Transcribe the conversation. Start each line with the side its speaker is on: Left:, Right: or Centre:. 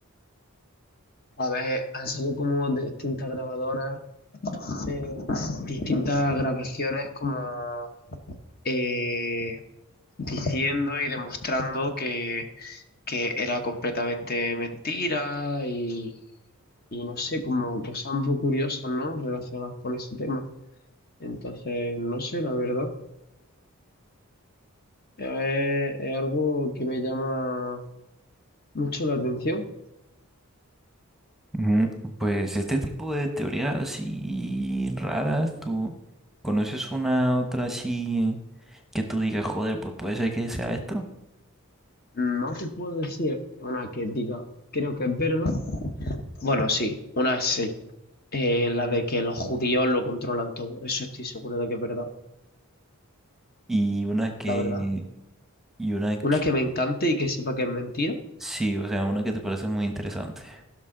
Left: A ver, han salido como de distintas grabadoras, eh, distintas grabaciones como eh, diciendo y demostrando que, que era completamente mentira y, y no sé, como cosas muy curiosas, ¿no? Relacionadas con ese tema. Entonces, no sé, la verdad. Es, es algo que me llama mucho la atención.
Centre: Mm, Pues este tipo de teorías así raras, tú conoces una otra así que tú digas, joder, pues puede ser que sea esto,
Left: No te puedo decir una que diga, creo que es verdad. Bueno, sí, una sí. Eh, la de que los judíos lo controlan todo. Eso estoy seguro de que es verdad,
Centre: y una que,
Left: la verdad.
Centre: y una que
Left: Una que me encante y que sepa que es mentira,
Centre: Sí, o sea, una que te parece muy interesante.